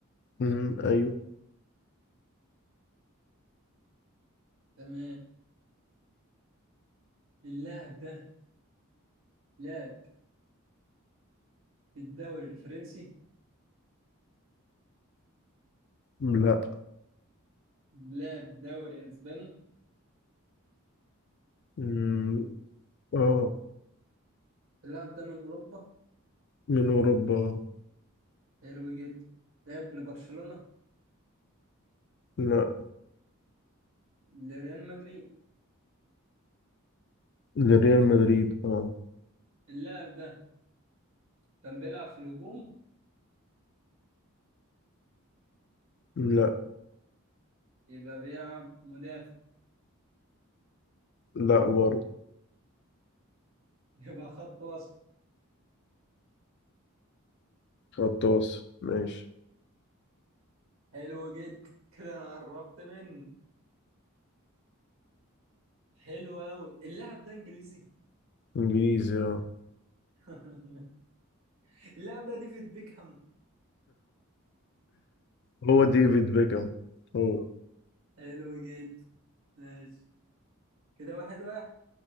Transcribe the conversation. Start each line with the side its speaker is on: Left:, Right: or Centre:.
Left: أمم، أيوه
Right: تمام اللاعب ده لاعب للدوري الفرنسي
Left: أمم، لا
Right: لاعب دوري اسباني
Left: أمم، اه
Right: اللاعب ده من اوروبا
Left: من أوروبا
Right: حلو جدا لاعب لبرشلونه
Left: لا
Right: لريال مدريد
Left: لريال مدريد اه
Right: اللاعب ده كان بيلعب في الهجوم
Left: لا
Right: يبقى بيلعب مدافع
Left: لا برضه
Right: يبقى خط وسط
Left: غطاس ماشي
Right: حلو جدا كده انا قربت منه حلو قوي اللاعب ده انجليزي
Left: انجليزي اه
Right: <laughs> اللاعب ده ديفيد بيكهام
Left: هو ديفيد بيكهام هو
Right: حلو جدا ماشي كده واحد واحد